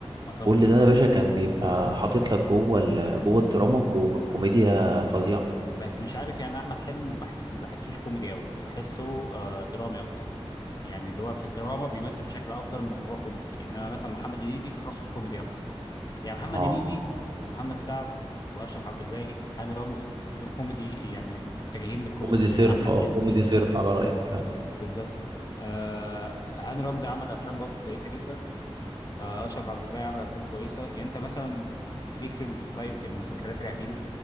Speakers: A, on the left; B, on the right.
A: مطب
B: كل
A: صناعي
B: ده يا باشا كان بيبقى
A: مم.
B: حاطط لك جوه ال... جوه الدراما كو- كوميديا فظيعه
A: بس مش عارف يعني احمد حلمي ما بحس ما بحسوش كوميدي قوي بحسه آه درامي اكتر يعني اللي هو في الدراما بيمثل بشكل افضل من ان هو كوميدي انما مثلا محمد هنيدي تخصص كوميدي اكتر يعني محمد
B: اه
A: هنيدي ومحمد سعد واشرف عبد الباقي هاني رمزي دول كوميدي يعني متجهين للكوميدي
B: كوميدي
A: شويه
B: صرف
A: احمد
B: اه
A: حلمي
B: كوميدي صرف على رايك فاهم
A: بالظبط آه هاني رمزي عمل افلام برضه كويسه جدا آه اشرف عبد الباقي عمل افلام كويسه يعني انت مثلا ليك في ال- طيب في المسلسلات القديمه